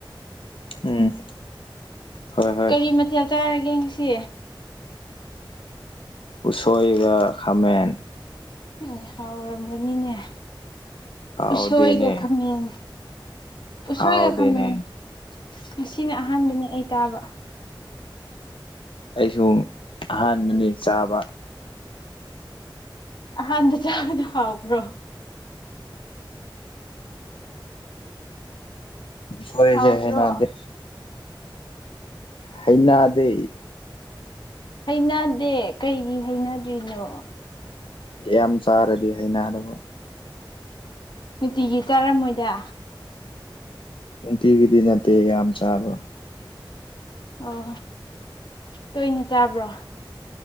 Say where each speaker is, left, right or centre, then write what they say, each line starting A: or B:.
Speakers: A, on the left; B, on the left.
A: ꯎꯝ ꯍꯣꯏ ꯍꯣꯏ
B: ꯀꯔꯤ ꯃꯊꯦꯜ ꯆꯥꯔꯒꯦ ꯉꯁꯤ꯫
A: ꯎꯁꯣꯏꯒ ꯈꯥꯃꯦꯟ
B: ꯍꯣꯏ ꯍꯥꯎꯔꯝꯒꯥꯅꯤꯅꯦ
A: ꯍꯥꯎꯗꯦꯅꯦ
B: ꯎꯁꯣꯏꯒꯥ ꯈꯥꯃꯦꯟꯒꯥ ꯎꯁꯣꯏꯒ
A: ꯍꯥꯎꯗꯦꯅꯦ
B: ꯈꯃ°ꯟ ꯉꯁꯤꯅ ꯑꯍꯥꯟꯕꯅꯤ ꯑꯩ ꯇꯥꯕ
A: ꯑꯩꯁꯨ ꯑꯍꯥꯟꯕꯅꯤ ꯆꯥꯕ꯫
B: ꯑꯍꯥꯟꯕ ꯆꯥꯕꯗꯣ ꯍꯥꯎꯕ꯭ꯔꯣ
A: ꯎꯁꯣꯏꯁꯦ
B: ꯍꯥꯎꯗ꯭ꯔꯣ
A: ꯍꯩꯅꯗꯦ ꯍꯩꯅꯗꯦ
B: ꯍꯩꯅꯗꯦ ꯀꯩꯒꯤ ꯍꯩꯅꯗ꯭ꯔꯤꯅꯣ
A: ꯌꯥꯝ ꯆꯥꯔꯗꯤ ꯍꯩꯅꯗꯕ
B: ꯅꯨꯡꯇꯤꯒꯤ ꯆꯥꯔꯝꯃꯣꯏꯗ
A: ꯅꯨꯡꯇꯤꯒꯤꯗꯤ ꯅꯠꯇꯦ ꯌꯥꯝ ꯆꯥꯕ
B: ꯑꯣ ꯇꯣꯏꯅ ꯆꯥꯕ꯭ꯔꯣ